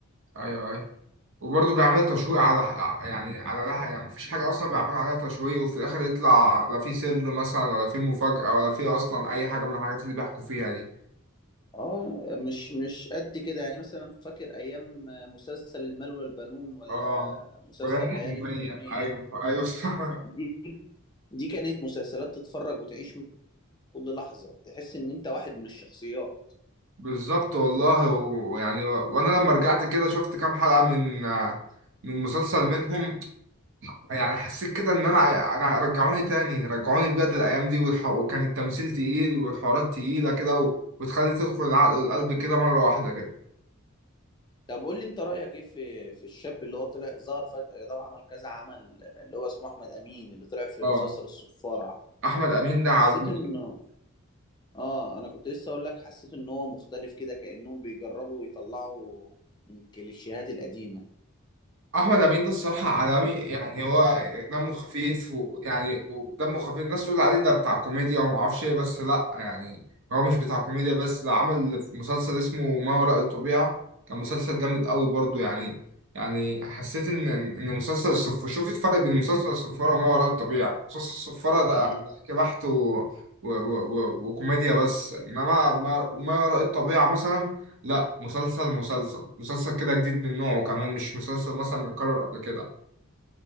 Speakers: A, on the right; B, on the left.
A: ايوه ايوه وبرضه بيعمل تشويق على يعني على لها يعني مفيش حاجه اصلا بيعملوا عليها تشويق وفي الاخر يطلع لا في سر مثلا ولا في مفاجاه ولا في اصلا اي حاجه من الحاجات اللي بيحكوا فيها دي
B: اه مش مش قد كده يعني مثلا فاكر أيام مسلسل المال والبنون ولا
A: اه
B: مسلسل
A: ولا
B: ليالي
A: المية
B: الحلمية
A: ايوه ايوه <laughs>
B: دي دي كانت مسلسلات تتفرج وتعيش كل لحظة تحس ان انت واحد من الشخصيات
A: بالظبط والله ويعني وانا لما رجعت كده شفت كام حلقه من من مسلسل منهم يعني حسيت كده ان انا انا رجعوني تاني رجعوني بجد الايام دي والح... وكان التمثيل تقيل والحوارات تقيله كده و... وتخلي تدخل العقل والقلب كده مره واحده كده
B: طب قول لي انت رأيك ايه في في الشاب اللي هو طلع ظهر فجأة ده وعمل كذا عمل اللي هو اسمه احمد امين اللي طلع في
A: اه
B: مسلسل الصفارة
A: احمد امين ده عالمي
B: حسيت انه اه انا كنت لسه اقول لك حسيت ان هو مختلف كده كأنهم بيجربوا يطلعوا من الكليشيهات القديمة
A: احمد امين ده الصراحه عالمي يعني هو دمه خفيف ويعني ودمه خفيف الناس تقول عليه ده بتاع كوميديا وما اعرفش ايه بس لا يعني هو مش بتاع كوميديا بس ده عمل مسلسل اسمه ما وراء الطبيعه كان مسلسل جامد قوي برضو يعني يعني حسيت ان ان مسلسل الصف شوف الفرق بين مسلسل الصفاره وما وراء الطبيعه مسلسل الصفاره ده
B: مم.
A: ضحك بحت و... و... و... و... وكوميديا بس انما ما ما وراء الطبيعه مثلا لا مسلسل مسلسل مسلسل كده جديد من نوعه كمان مش مسلسل مثلا متكرر قبل كده